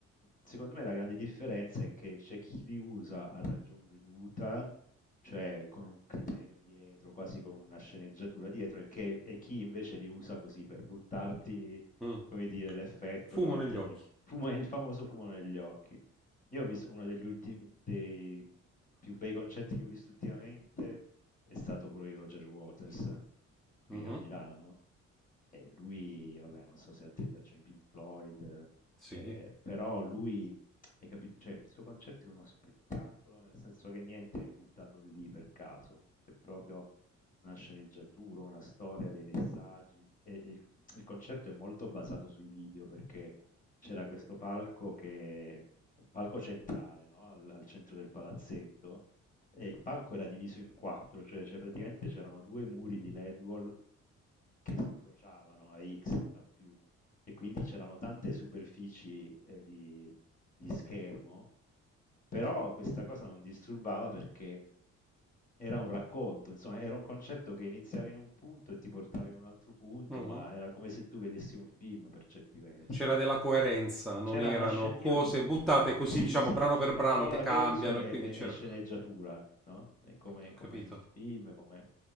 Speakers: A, on the left; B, in the centre.
A: Secondo me la grande differenza è che c'è chi li usa a ragion veduta, cioè con un criterio dietro, quasi con una sceneggiatura dietro, e, che- e chi invece li usa così per buttarti,
B: Mm.
A: come dire, l'effetto
B: Fumo
A: davanti
B: negli
A: agli
B: occhi.
A: occhi. Il famoso fumo negli occhi. Io ho visto uno degli ultimi, dei più bei concetti che ho visto ultimamente è stato quello di Roger Waters, qui
B: Mhm.
A: a Milano. E lui, vabbè, non so se a te piacciono i Pink Floyd,
B: Sì.
A: eh, però lui, hai capito, cioè, il suo concetto è uno spettacolo, nel senso che niente è buttato lì per caso, c'è proprio una sceneggiatura, una storia, dei messaggi. E il, il concerto è molto basato sui video perché c'era questo palco che è un palco centrale, no? Al, al centro del palazzetto, e il palco era diviso in quattro, cioè, cioè praticamente c'erano due muri di LED wall che si incrociavano a X, a più, e quindi c'erano tante superfici eh, di, di schermo, però questa cosa non disturbava perché era un racconto, insomma, era un concetto che iniziava in un punto e ti portava in un altro punto,
B: Mhm.
A: ma era come se tu vedessi un film per certi versi.
B: C'era della coerenza, non
A: C'era
B: erano
A: una scena,
B: cose
A: io di-
B: buttate così,
A: sì,
B: diciamo,
A: sì,
B: brano
A: cioè
B: per
A: la
B: brano
A: parola
B: che cambiano,
A: che uso è,
B: e quindi
A: è-
B: c'era...
A: è sceneggiatura, no? È come,
B: Ho
A: come
B: capito.
A: in un film, come